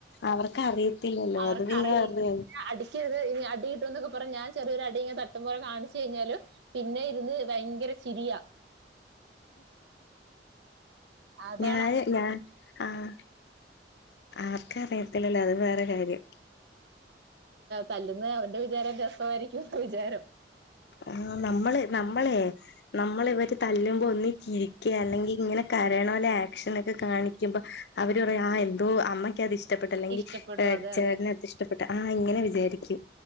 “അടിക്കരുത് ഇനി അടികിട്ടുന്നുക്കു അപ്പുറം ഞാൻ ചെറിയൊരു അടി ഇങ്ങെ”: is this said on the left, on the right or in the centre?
Right